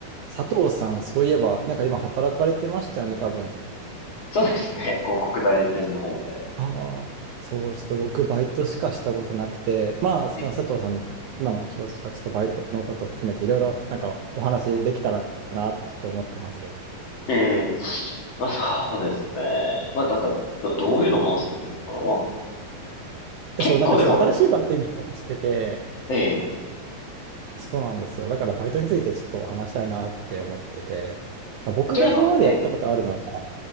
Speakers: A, on the right; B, on the left.
A: 佐藤さん、そういえば、なんか今働かれてましたよね、多分。
B: そうですね。広告代理店の方で。
A: ああ、そう、ちょっと僕、バイトしかしたことなくて、まあ、その佐藤さんの今のお仕事とか、
B: ええ。
A: ちょっとバイトのことを含めて、いろいろなんかお話できたらなってちょっと思ってます。
B: えまあそうですね。まあだから、ど、どういうのを話せばいいのかな。まあ、
A: で、
B: 結構でも、
A: そう、なんかちょっと新しいバイト今探してて、
B: ええ。
A: そうなんですよ。だからバイトについてちょっと話したいなって思ってて、まあ、僕が今までやったことあるのは、
B: じゃなんか、ええ。